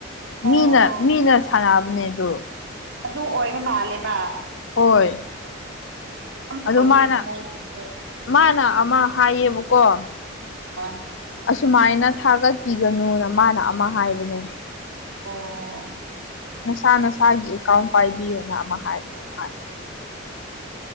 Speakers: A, on the right; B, on the left.
A: ꯑꯣ
B: ꯃꯤꯅ ꯃꯤꯅ ꯁꯥꯟꯅꯕꯅꯦ ꯑꯗꯨ
A: ꯑꯗꯨ ꯑꯣꯏꯕ ꯃꯥꯜꯂꯦꯕ
B: ꯍꯣꯏ
A: ꯌꯥꯝ
B: ꯑꯗꯨ
A: ꯁꯥꯎꯅꯤꯡꯉꯤ
B: ꯃꯥꯅ
A: ꯃꯣꯏꯁꯤꯡꯁꯦ
B: ꯃꯥꯅ ꯑꯃ ꯍꯥꯏꯌꯦꯕꯀꯣ
A: ꯑꯥ
B: ꯑꯁꯨꯃꯥꯏꯅ ꯊꯥꯒꯠꯄꯤꯒꯅꯨꯅ ꯃꯥꯅ ꯑꯃ ꯍꯥꯏꯕꯅꯦ
A: ꯑꯣ
B: ꯅꯁꯥ ꯅꯁꯥꯒꯤ ꯑꯦꯀꯥꯎꯟ ꯄꯥꯏꯕꯤꯌꯨꯅ ꯑꯃ ꯍꯥꯏꯕꯅꯦ ꯃꯥꯅ